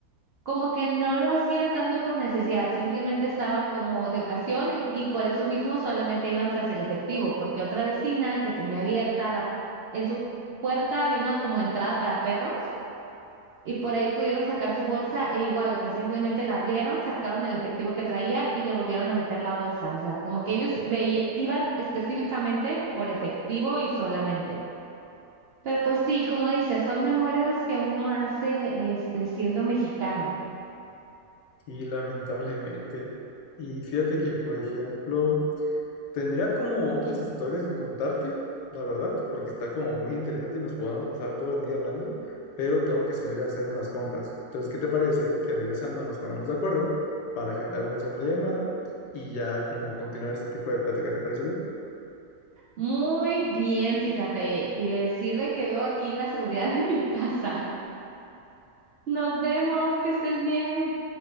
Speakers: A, on the right (about 75°); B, on the left (about 80°).
A: Como que no lo hacían tanto por necesidad, simplemente estaban como de ocasión y, y por eso mismo solamente iban tras el efectivo, porque otra vecina que tenía abierta la, en su puerta había una como entrada para perros y por ahí pudieron sacar su bolsa e igual, o sea, simplemente la abrieron, sacaron el efectivo que traía y le volvieron a meter la bolsa, o sea, como que ellos veía, iban específicamente por efectivo y solamente. Pero pues sí, como dices, son memorias que uno hace este siendo mexicano.
B: Y lamentablemente. Y fíjate que, por ejemplo, Tendría como otras historias que contarte, la verdad, porque está como muy interesante y nos podemos pasar todo el día hablando, pero tengo que salir a hacer unas compras. Entonces, ¿qué te parece que regresando nos ponemos de acuerdo para agendar una segunda llamada y ya como continuar este tipo de plática? ¿Te parece bien?
A: Muy bien, fíjate, y, y sirve que veo aquí la seguridad de mi <laughs> casa. Nos vemos, que estés bien.